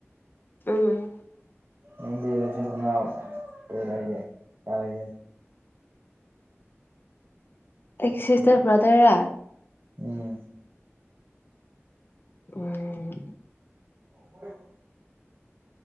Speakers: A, on the left; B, on the right.
A: ꯎꯝ
B: ꯅꯪ ꯕꯣꯜ <unintelligible> ꯀꯩꯍꯥꯏꯒꯦ <unintelligible>
A: ꯑꯩꯒꯤ ꯁꯤꯁꯇꯔ ꯕ꯭ꯔꯗꯔ ꯔꯥ
B: ꯎꯝ
A: ꯎꯝ
B: ꯍꯣꯏꯌꯦꯕ